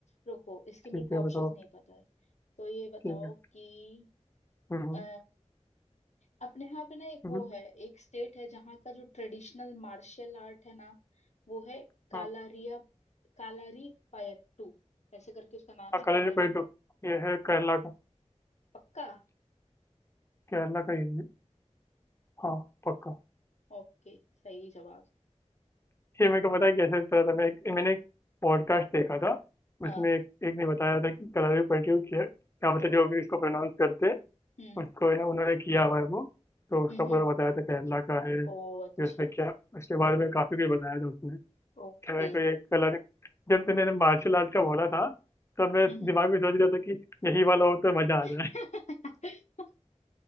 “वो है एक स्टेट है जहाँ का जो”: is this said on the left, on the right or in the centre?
Left